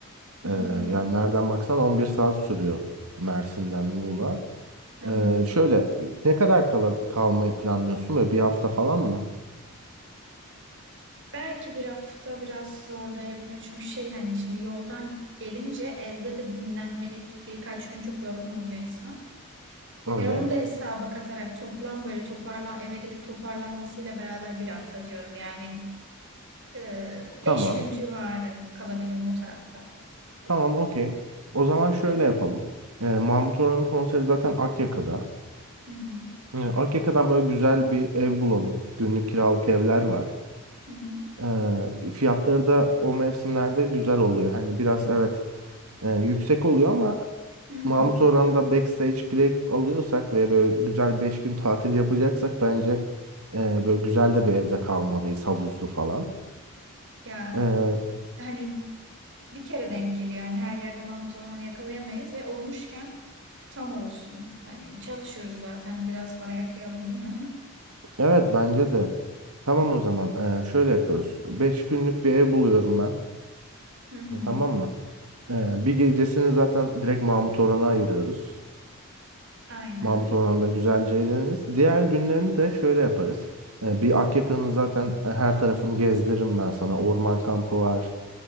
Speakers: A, on the right; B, on the right.
A: Hı
B: Ee,
A: hı,
B: yani nereden baksan 11 saat sürüyor Mersin'den Muğla.
A: evet.
B: Ee, şöyle ne kadar kala- kalmayı planlıyorsun? Böyle bir hafta falan mı?
A: Belki bir hafta biraz zorlayabilir çünkü şey hani şimdi yoldan gelince evde de dinlenmelik birkaç gün çok yorgun oluyor insan.
B: Evet.
A: Ben onu da hesaba katarak toplam böyle toparlan eve gelip toparlanmasıyla beraber bir hafta diyorum. Yani e,
B: Tamam.
A: beş gün civarı kalabilirim o tarafta.
B: Tamam okey. O zaman şöyle yapalım. Ee, Mahmut Orhan'ın konseri zaten Akyaka'da.
A: Hı hı,
B: Ee, Akyaka'dan böyle güzel bir ev bulalım. Günlük kiralık evler var.
A: hı hı,
B: Eee, fiyatları da o mevsimlerde güzel oluyor. Hani biraz evet eee, yüksek oluyor ama
A: hı hı.
B: Mahmut Orhan'da backstage bilet alıyorsak ve böyle güzel 5 gün tatil yapacaksak bence eee, böyle güzel de bir evde kalmalıyız havuzlu falan.
A: Ya
B: Eee,
A: hani bir kere denk geliyor. Yani her yerde Mahmut Orhan'ı yakalayamayız ve olmuşken tam olsun. Hani çalışıyoruz zaten biraz paraya kıyalım değil mi?
B: evet bence de. Tamam o zaman eee, şöyle yapıyoruz. 5 günlük bir ev buluyorum ben.
A: <laughs> Hı hı.
B: E, Tamam mı? Eee, bir gecesini zaten direkt Mahmut Orhan'a ayırıyoruz.
A: Aynen.
B: Mahmut Orhan'da güzelce eğleniriz. Diğer günlerini de şöyle yaparız. Ee, Bir Akyaka'nın zaten e, her tarafını gezdiririm ben sana. Orman kampı var.